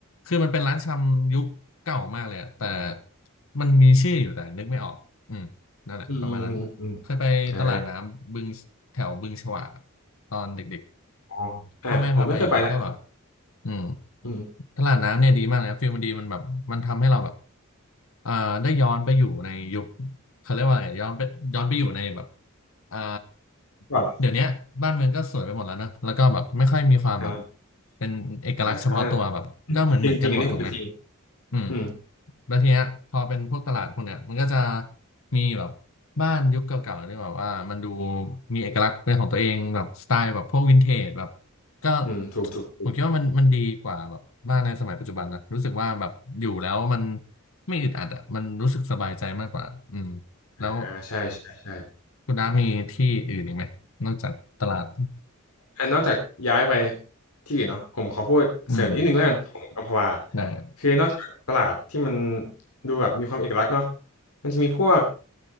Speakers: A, on the left; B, on the left.
A: คือมันเป็นร้านชำยุคเก่ามากเลยอะแต่มันมีชื่ออยู่แต่นึกไม่ออกอืมนั่นแหละประมาณนั้นเคยไปตลาดน้ำบึงแถวบึงฉวาก
B: อืมอืมอืมอืมอ่า
A: ตอนเด็ก
B: อ๋ออ่าผมไม่เคยไปนะ
A: ๆพ่อแม่พาไปอยู่แล้วก็แบบ อืม
B: อืม
A: ตลาดน้ำเนี่ยดีมากเลยครับฟิลมันดีมันแบบมันทำให้เราแบบเอ่อได้ย้อนไปอยู่ในยุคเขาเรียกว่าอะไรย้อนไปย้อนไปอยู่ในแบบอ่า
B: ก่อนเหรอ
A: เดี๋ยวเนี้ยบ้านเมืองก็สวยไปหมดแล้วนะแล้วก็แบบไม่ค่อยมีความแบบ
B: อ่า
A: เป็นเอกลักษณ์เฉพาะตัวแบบก็เหมือนเหมือนกันหมดถูกไหม
B: อ่าอ่าจริงจริง อันนี้ผมก็จริง
A: อืม
B: อืม
A: แล้วทีเนี้ยพอเป็นพวกตลาดพวกเนี้ยมันก็จะมีแบบบ้านยุคเก่าๆที่แบบว่ามันดูมีเอกลักษณ์เป็นของตัวเองแบบสไตล์แบบพวกวินเทจแบบก็
B: อืมถูกถูกถูก
A: ผมคิดว่ามันมันดีกว่าแบบบ้านในสมัยปัจจุบันนะรู้สึกว่าแบบอยู่แล้วมันไม่อึดอัดอ่ะมันรู้สึกสบายใจมากกว่าอืม
B: อ่าใช่ใช่ใช่
A: แล้วคุณน้ามีที่อื่นอีกไหมนอกจากตลาด
B: อันนอกจากย้ายไปที่อื่นเนาะผมขอพูดเสริมนิดนึงแล้วกันของอัมพวา
A: อืมได้
B: คือนอกจากตลาดที่มันดูแบบมีความเอกลักษณ์เนาะมันจะมีพวก